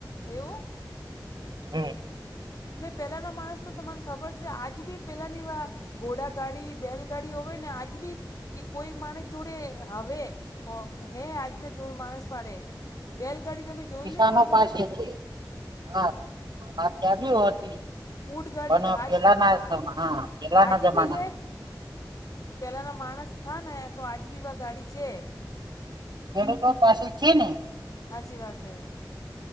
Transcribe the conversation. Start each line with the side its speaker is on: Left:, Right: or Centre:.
Left: એવું
Right: હમ
Left: મે પેલાના માણસ તો તમાને ખબર છે, આજ બી પેલાનીવા ઘોડા ગાડી બેલગાડી હોવે ને આજ બી કે કોઈ માણસ જોડે હવે હે આજના જોડ માણસ પાડે બેલગાડી તમે જોઈ
Right: કીસાનો
Left: લે કોઈ દાડે
Right: પાસેથી હા અમાર ત્યાં બી હતી
Left: ઊંટ ગાડી
Right: પણ પેલાના
Left: આજ આ-
Right: હા પેલાના
Left: આજ
Right: જમાના
Left: બી હે પેલાના માણસ થા ને તો આજ બીવા ગાડી છે
Right: ખેડૂતો પાસે છે ને
Left: સાચી વાત હે